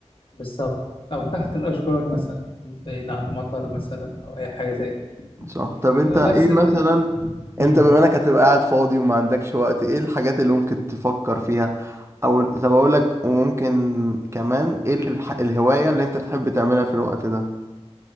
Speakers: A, on the left; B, on the right.
A: بالظبط أو تحت الأشجار مثلا بعيد عن مطر مثلا أو أي حاجة زي
B: صح طب انت
A: كده
B: ايه
A: بس
B: مثلا
A: مم.
B: انت بما انك هتبقى قاعد فاضي وما عندكش وقت ايه الحاجات اللي ممكن تفكر فيها او طب اقول لك وممكن كمان ايه الح- الهواية اللي انت تحب تعملها في الوقت ده